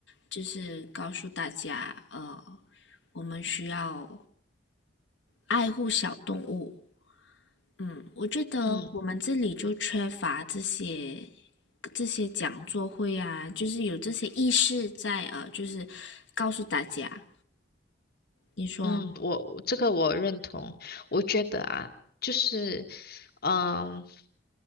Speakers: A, on the left; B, on the left.
A: 就是告诉大家呃，我们需要爱护小动物，嗯，我觉得我们这里就缺乏这些
B: 嗯。
A: 这些讲座会啊，就是有这些意识在，呃，就是告诉大家，你说
B: 嗯，我这个我认同，我觉得啊，就是嗯。